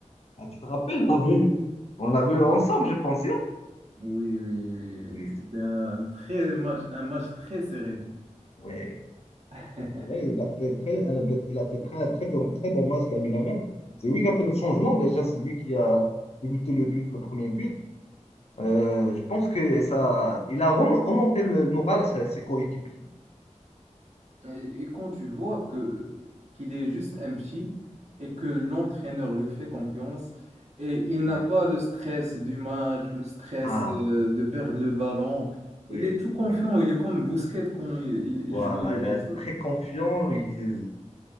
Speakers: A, on the left; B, on the right.
A: Ah, tu te rappelles, on l'a vu. On l'a vu ensemble, je pense. hein
B: Oui, oui, oui.
A: Oui,
B: oui. C'était un très match, un match très serré.
A: oui.
B: <laughs>
A: C'est vrai, il a fait très, un- il a fait très, très, bon, très bon match, la Yamal. C'est lui qui a fait le changement déjà, c'est lui qui a limité le but, le premier but. Euh, je pense que ça, il a rem- remonté le, le moral à ses, ses coéquipiers.
B: Et, et quand tu vois que qu'il est juste un petit et que l'entraîneur lui fait confiance et il n'a
A: Oui.
B: pas le stress du match, le stress
A: Ah,
B: euh, de perdre le ballon, il
A: oui,
B: est tout confiant,
A: oui.
B: il est comme Busquets quand il,
A: Voilà,
B: il jouait au Barça.
A: il est très confiant. il-